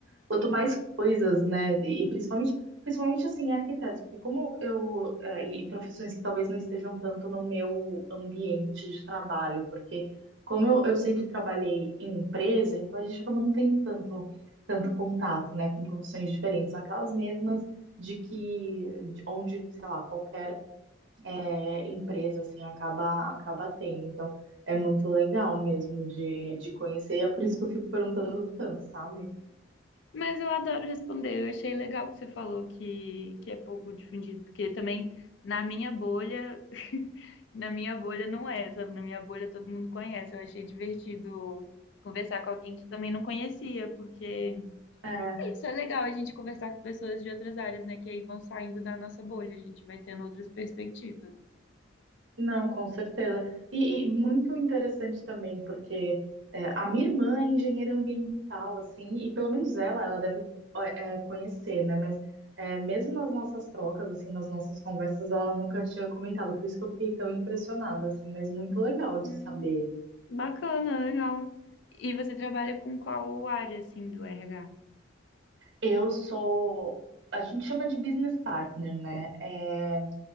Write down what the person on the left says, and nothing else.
Mas eu adoro responder. Eu achei legal que você falou que, que é pouco difundido, porque também na minha bolha, <laughs> na minha bolha não é, sabe? Na minha bolha todo mundo conhece. Eu achei divertido conversar com alguém que também não conhecia, porque
Isso é legal a gente conversar com pessoas de outras áreas, né? Que aí vão saindo da nossa bolha, a gente vai tendo outras perspectivas, assim.
Hum,
bacana, legal. E você trabalha com qual área, assim, do RH?